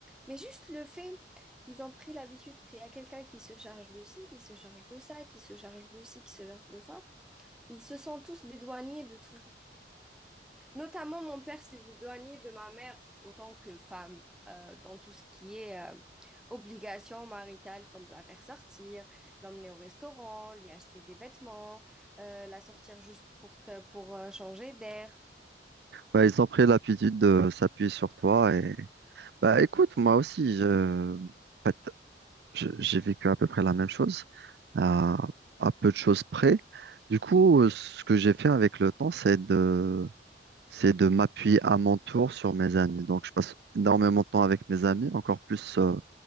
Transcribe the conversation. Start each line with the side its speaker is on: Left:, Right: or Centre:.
Centre: Mais juste le fait qu'ils ont pris l'habitude qu'il y a quelqu'un qui se charge de ci, qui se charge de ça, qui se charge de ci, qui se charge de ça, ils se sont tous dédouanés de tout Notamment, mon père s'est éloigné de ma mère autant que femme euh, dans tout ce qui est euh, obligations maritales, comme la faire sortir, l'emmener au restaurant, lui acheter des vêtements, euh, la sortir juste pour que, pour euh, changer d'air.
Right: Bah, ils ont pris l'habitude de s'appuyer sur toi et bah écoute, moi aussi, je... en fait, je- j'ai vécu à peu près la même chose, à... à peu de choses près. Du coup, euh, ce que j'ai fait avec le temps, c'est de c'est de m'appuyer à mon tour sur mes amis. Donc, je passe énormément de temps avec mes amis, encore plus euh,